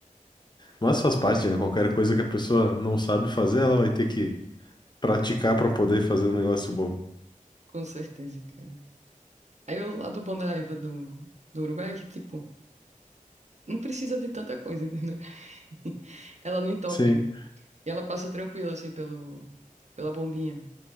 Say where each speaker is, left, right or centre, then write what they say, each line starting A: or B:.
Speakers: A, on the left; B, on the right.
A: Mas faz parte, né? Qualquer coisa que a pessoa não sabe fazer, ela vai ter que praticar para poder fazer um negócio bom.
B: com certeza, cara. Aí o lado bom da erva do, do Uruguai é que, tipo, não precisa de tanta coisa, entendeu? <laughs> Ela não entope.
A: Sim.
B: E ela passa tranquila, assim, pelo, pela bombinha.